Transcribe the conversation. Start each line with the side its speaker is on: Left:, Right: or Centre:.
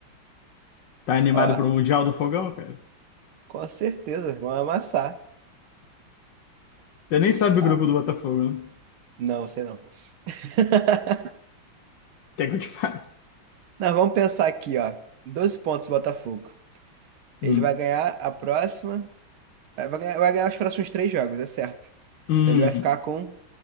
Left: Tá animado
Right: Ó,
Left: pro Mundial do Fogão, cara?
Right: com certeza, vão amassar.
Left: Você nem sabe o
Right: Ó,
Left: grupo do Botafogo, né?
Right: Não, sei não. <laughs>
Left: Quer que eu te fale?
Right: Não, vamos pensar aqui, ó. 12 pontos o Botafogo.
Left: Hum.
Right: Ele vai ganhar a próxima. Vai vai ganhar, vai ganhar os próximos três jogos, é certo.
Left: Hum.
Right: Então ele vai ficar com